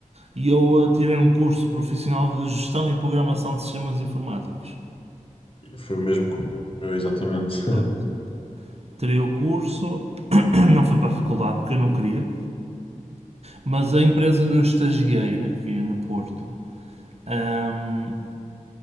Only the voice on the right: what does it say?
E eu eh, tirei um curso profissional de gestão e programação de sistemas informáticos.
Pronto.
Tirei o curso, <clears throat> não fui para a faculdade porque eu não queria, mas a empresa onde eu estagiei, aqui no Porto, ahm,